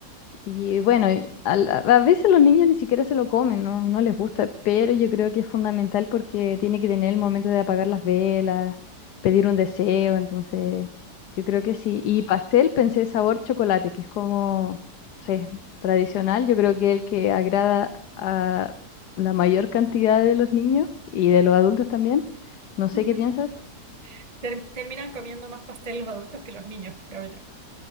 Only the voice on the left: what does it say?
Y bueno, y al- a, a veces los niños ni siquiera se lo comen, no, no les gusta, pero yo creo que es fundamental porque tiene que tener el momento de apagar las velas, pedir un deseo, entonces yo creo que sí. Y pastel pensé sabor chocolate, que es como, no sé, tradicional, yo creo que el que agrada a la mayor cantidad de los niños y de los adultos también. No sé
qué piensas.